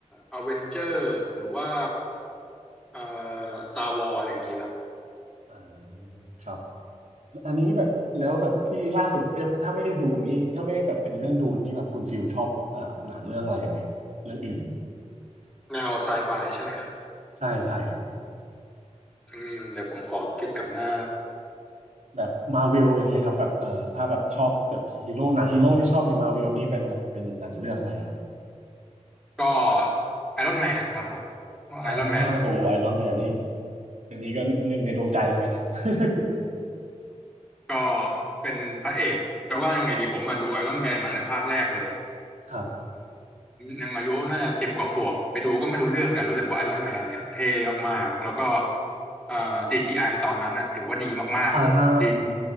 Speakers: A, in the centre; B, on the right.
A: อเวนเจอร์หรือว่าเอ่อสตาร์วอร์อย่างนี้ครับ
B: อ่าครับอันนี้แบบแล้วแบบที่ล่าสุดที่ถ้าไม่ได้ดูนี่ถ้าไม่ได้แบบเป็นเรื่องดูนี่แบบคุณฟิลชอบอ่าหนังเรื่องอะไรไหมครับเรื่องอื่น
A: แนวไซไฟใช่ไหมครับ
B: ใช่ใช่ครับ
A: อืมเดี๋ยวผมขอคิดกับหน้า
B: แบบมาเวลอย่างเงี้ยครับแบบเอ่อถ้าแบบชอบแบบฮีโร่หนังฮีโร่ที่ชอบในมาเวลนี่เป็นแบบเป็นหนังเรื่องอะไรครับ
A: ก็ไอรอนแมนครับผม
B: อ่า
A: ไอรอนแมนอยู่
B: โอไอรอนแมนนี่อันนี้ก็หนึ่งในดวงใจเหมือนกันครับ <laughs>
A: ก็เป็นพระเอกแต่ว่ายังไงดีผมมาดูไอรอนแมนมาตั้งแต่ภาคแรกเลย
B: ครับ
A: นางมายุน่าจะสิบกว่าขวบไปดูก็ไม่รู้เรื่องแต่รู้สึกว่าไอรอนแมนเนี่ยเท่มากๆแล้วก็เอ่อ CGI ตอนนั้นอ่ะถือว่าดีมากๆเลยดี
B: อ่าอืม